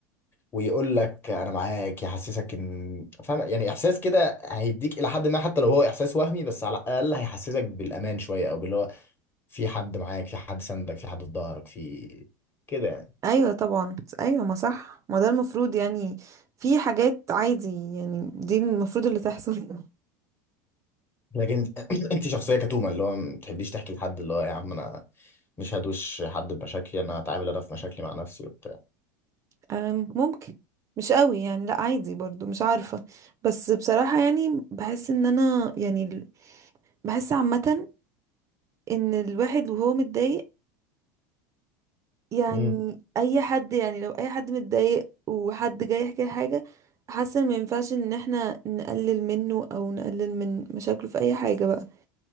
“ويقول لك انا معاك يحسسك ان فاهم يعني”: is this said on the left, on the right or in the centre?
Left